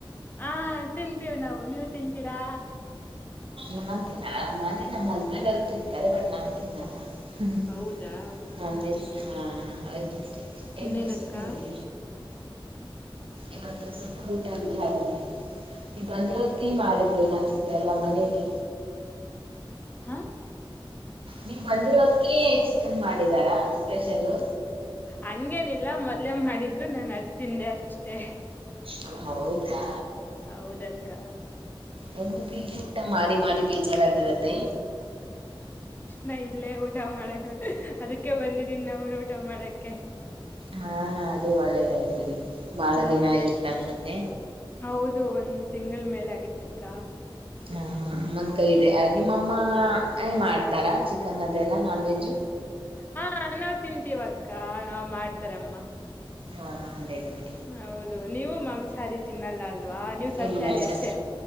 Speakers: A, on the left; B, on the right.
A: ಹ ತಿಂತೇವಿ ನಾವು ನೀವು ತಿಂತೀರಾ.
B: ನಾನ್ ತಿನ್ನಲ್ಲ ಮನೆ ನಮ್ ಹಸ್ಬೆಂಡ್ ಅವರು ತಿಂತಾರೆ ಬಟ್ ನಾನ್ ತಿನ್ನಲ್ಲ. ಹ್ಮ್
A: ಹೌದಾ
B: ನನ್ ಹಾ ಅಯದಷ್ಟೆ
A: ಇನ್ನೇನಕ್ಕ
B: ಎಗ್ ಅಷ್ಟೇ ತಿಂತೀ. ಇವತ್ತು ಸೂಲ್ಪರ್ ಊಟ ಆಗಿದೆ ಹಾಗಡ್ರೆ. ನೀ ಬಂದಿರೋದಕಿ ಮಾಡಿರ್ಬೇಕ ಅನ್ಸುತ್ತೆ ಅಲ್ವಾ ಮನೇಲಿ.
A: ಹಾ-
B: ನೀವು ಬಂದಿರೋದಕ್ಕೆ ಚಿಕನ್ ಮಾಡಿದಾರಾ ಸ್ಪೆಷಲ್ಲ.
A: ಹಂಗೇನಿಲ್ಲ ಮೊದ್ಲೆೇ ಮಾಡಿದ್ರು ನಾನ ಅದ್ ತಿಂದೆ ಅಷ್ಟೆ.
B: ಹ ಹೌದಾ.
A: ಹೌದಕ್ಕ.
B: ನಿಮ್ಗು ಪೀಗಿ ಊಟ ಮಾಡಿ ಮಾಡಿ ಬೇಜಾರಾಗಿರತ್ತೆ.
A: ನಾ ಇಲ್ಲೇ ಊಟ ಮಾಡಕ ಅದಕ್ಕೆ ಬಂದಿದೀನ್ ನನ್ ಊಟ ಮಾಡಕೆ.
B: ಹಾ ಅದೇ ಒಳ್ಳೇದಾಯ್ತು ಬಿಡಿ ಬಹಳ
A: ಹಾ
B: ದಿನ ಆಗಿತ್ತು ಅನ್ಸತ್ತೆ.
A: ಹೌದು ಒಂದ್ ತಿಂಗಳ ಮೇಲೆ ಆಗಿತ್ತಕ್ಕ.
B: ಹಮ್ಮಂದ್ ಕೈ ಇದೆ ನಿಮ್ಮಮ್ಮ ಏ ಮಾಡ್ತಾರಾ ಚಿಕನ್ ಅದೆಲ್ಲ ನಾನ್ ವೆಜ್ಜ್.
A: ಹಾ ನಾವ್ ತಿಂತೀವಕ್ಕ ಮಾಡ್ತಾರಮ್ಮ.
B: ಹಾ ಅದೇ.
A: ಹೌದು ನೀವು ಮಾಂಸಾಹಾರಿ ತಿನ್ನಲ್ಲ ಅಲ್ವಾ ನೀವು್ ಸಸ್ಯಾಹಾರಿ
B: ಇಲ್ಲ ಇಲ್ಲ
A: ಅಷ್ಟೇ.